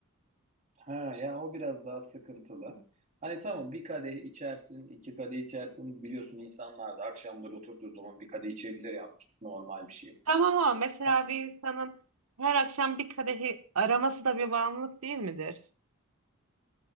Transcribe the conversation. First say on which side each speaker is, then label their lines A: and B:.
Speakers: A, on the right; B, on the right.
A: Ha ya o biraz daha sıkıntılı. Hani tamam bir kadeh içersin, iki kadeh içersin. Biliyorsun insanlar da akşamları oturduğu zaman bir kadeh içebilir ya bu çok normal bir şey.
B: Tamam ama mesela
A: Ha,
B: bir insanın her akşam bir kadehi araması da bir bağımlılık değil midir?